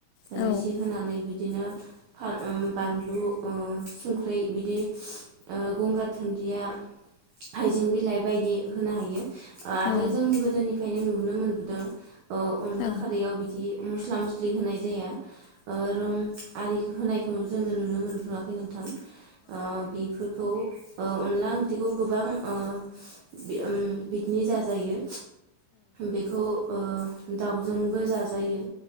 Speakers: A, on the left; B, on the right.
A: औ
B: रोसि होनानै बिदिनो फा उम बानलु ओ संख्रै बिदि ओ गंगार दुनन्दिया हाइजें बिलाइ बायदि होनो हायो आरो
A: औ
B: जों गोदोनि नुबोनो मोनबोदों ओ अनला
A: औ
B: खारैयाव बिदि मस्ला मस्लि होनाय जाया ओ रं आरिखौ होनायखौ जोङो नुनो मोनबोआखै नोंथां ओ बिफोरखौ ओ अनला ओंख्रि बेखौ गोबां ओ बि उम बिदिनो जाजायो बेखौ ओ दाउजोंबो जाजायो